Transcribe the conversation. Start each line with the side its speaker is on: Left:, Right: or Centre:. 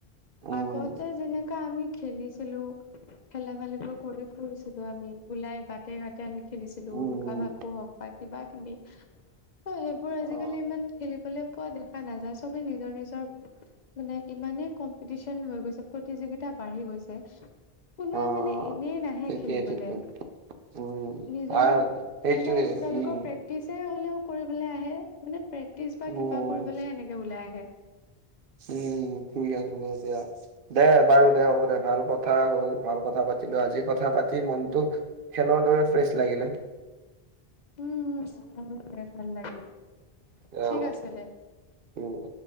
Right: উম
Left: আগতে যেনেকা আমি খেলিছিলো খেলা বালিবোৰ কৰি ফুৰিছিলো আমি ওলাই বাট ঘাটে - ঘাটে আমি খেলিছিলো
Right: উম
Left: লুকা -ভাকু হওক বা কিবা - কিবি অহ, সেইবোৰ আজিকালি
Right: অ
Left: ইমান খেলিবলৈ পোৱা দেখা নাযায় চবে নিজৰ- নিজৰ মানে ইমানেই কম্পিটিচন হৈ গৈছে, প্ৰতিযোগিতা বাঢ়ি গৈছে কোনোৱে
Right: অ
Left: মানে এনেই নাহে
Right: ঠিকে
Left: খেলিবলে
Right: ঠিকে উম
Left: নিজৰ
Right: আৰু সেইটোৱে
Left: মানে তেওঁলোকৰ
Right: উম
Left: প্ৰেক্টিচে হ'লেও কৰিবলৈ আহে মানে প্ৰেক্টিচ বা
Right: উম
Left: কিবা কৰিবলেহে এনেকে ওলাই আহে।
Right: উম, ফুই আছো যেতিয়া দে বাৰু দে হ'ব দে ভাল কথা হ'ল ভাল কথা পাত পাতিলো আজি কথা -পাতি মনটোক খেলৰ দৰে ফ্ৰেছ লাগিলে।
Left: উম- উম - উম ভাল লাগে, ভাল লাগিল
Right: দে
Left: ঠিক
Right: হ'ব
Left: আছে দে।
Right: উম।